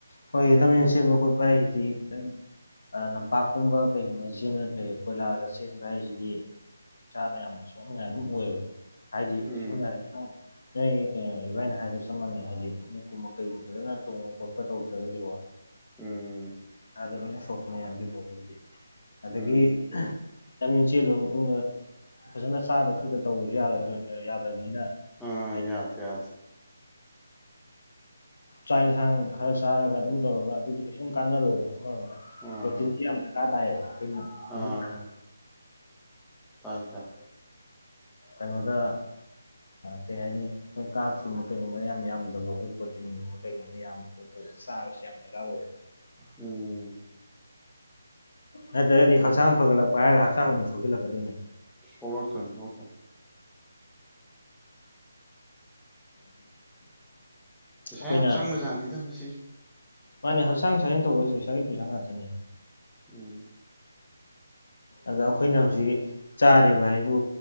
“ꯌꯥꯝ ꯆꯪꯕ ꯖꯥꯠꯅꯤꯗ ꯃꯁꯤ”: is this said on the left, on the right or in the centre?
Centre